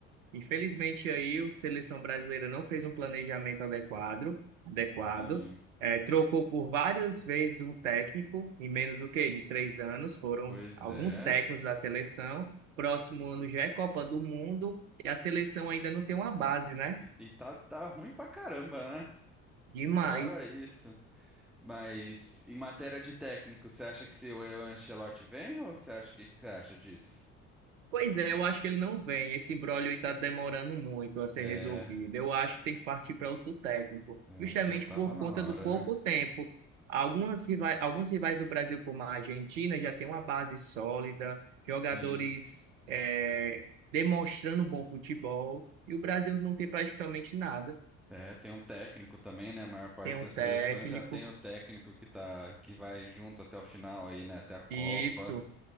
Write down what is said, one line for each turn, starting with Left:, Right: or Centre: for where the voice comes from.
Right: Infelizmente aí o Seleção Brasileira não fez um planejamento adequado, adequado.
Centre: Sim,
Right: É, trocou por várias vezes um técnico, em menos do que de três anos, foram
Centre: pois
Right: alguns
Centre: é.
Right: técnicos da seleção. Próximo ano já é Copa do Mundo e a seleção ainda não tem uma base, né?
Centre: E, e tá, tá ruim pra caramba, né?
Right: Demais.
Centre: Fora isso. Mas em matéria de técnico, você acha que se o Ancelotti vem ou você acha que, que você acha disso?
Right: Pois é, eu acho que ele não vem. Esse imbróglio está demorando muito a ser
Centre: É,
Right: resolvido. Eu acho que tem que partir para outro técnico,
Centre: eu
Right: justamente
Centre: acho que já tava
Right: por
Centre: na
Right: conta
Centre: hora,
Right: do pouco
Centre: né?
Right: tempo. Algumas rivais, alguns rivais do Brasil, como a Argentina, já tem uma base sólida, jogadores
Centre: Sim.
Right: eh, demonstrando bom futebol, e o Brasil não tem praticamente nada.
Centre: É, tem um técnico também, né? A maior parte
Right: Tem
Centre: das
Right: um técnico,
Centre: seleções já tem o técnico que tá, que vai junto até o final aí, né? Até a Copa.
Right: e isso.